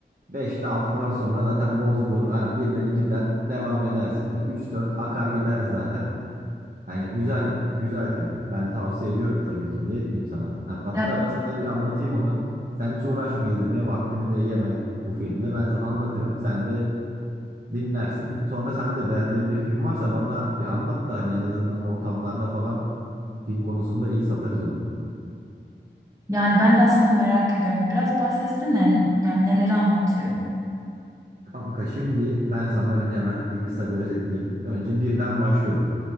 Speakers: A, on the right; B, on the right.
A: beşte altıdan sonra zaten bozdu. Yani birden ikiden devam edersin. E, Üç dört akar gider zaten. Yani güzel güzel film. Ben tavsiye ediyorum tabii ki. Niye etmeyeyim sana? Ben, hatta
B: Ya
A: ben sana bir anlatayım onu. Sen hiç uğraşma izlemeye. Vaktini de yeme bu filmle. Ben sana anlatırım. Sen de dinlersin. Sonra sen de beğendiğin bir film varsa bana bir anlat da hani en azından ortamlarda falan film konusunda iyi satarız onu.
B: yani ben de aslında merak ediyorum. Biraz bahsetsene yani neleri anlatıyor?
A: Kanka şimdi ben sana önce hemen bir kısa bir özetleyeyim. Önce birden başlıyorum.